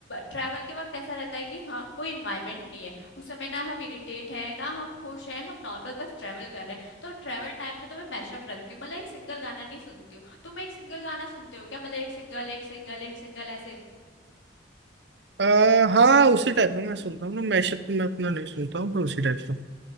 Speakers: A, on the left (about 80°); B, on the right (about 65°).
A: ट्रैवल के वक्त ऐसा रहता है कि हाँ कोई इन्वायरमेंट नहीं है उस समय ना हम इरिटेट है ना हम खुश हैं हम नॉर्मल बस ट्रैवल कर रहे हैं तो ट्रैवल टाइम पे तो मैं मैशअप रखती हूँ मतलब एक सिंगल गाना नहीं सुनती हूँ तुम एक सिंगल गाना सुनते हो क्या मतलब एक सिंगल एक सिंगल एक सिंगल ऐसे
B: आ, हाँ उसी टाइप का मैं सुनता हूँ ना मैशअप तो मैं अपना नहीं सुनता हूँ पर उसी टाइप का